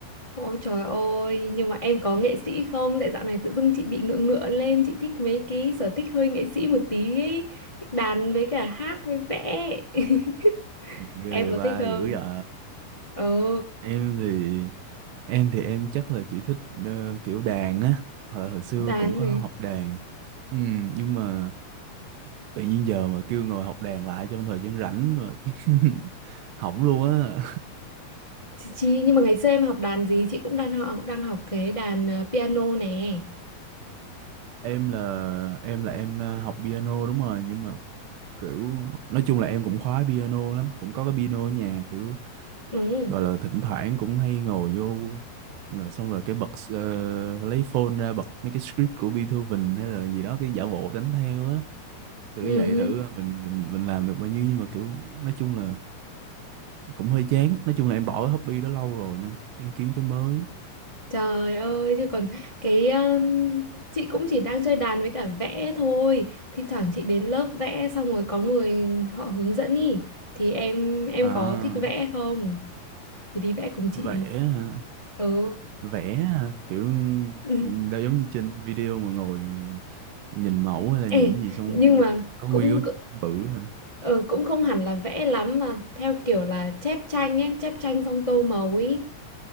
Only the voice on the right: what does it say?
Gì ghê
vậy
ba
dữ vậy?
Em thì em thì em chắc là chỉ thích ờ, kiểu đàn á hồi, hồi xưa
cũng có
học đàn ừ, nhưng mà tự nhiên giờ mà kêu ngồi học đàn lại trong thời gian rảnh mà <laughs> học luôn á
em là em là em ờ, học piano đúng rồi nhưng mà kiểu nói chung là em cũng khoái piano lắm cũng có cái piano ở nhà kiểu
gọi là thỉnh thoảng cũng hay ngồi vô ngồi xong rồi cái bật ờ, lấy phone ra bật mấy cái script của Beethoven hay là gì đó cái giả bộ đánh theo á thử
vậy
thử à, mình mình mình làm được bao nhiêu nhưng mà kiểu nói chung là cũng hơi chán nói chung là em bỏ cái hobby đó lâu rồi nên đang kiếm cái mới
à
vẽ hả?
vẽ hả? kiểu
đâu giống như trên video mà ngồi nhìn mẫu hay là
nhìn cái gì xong
ờ,
có
nguyên cái bự hả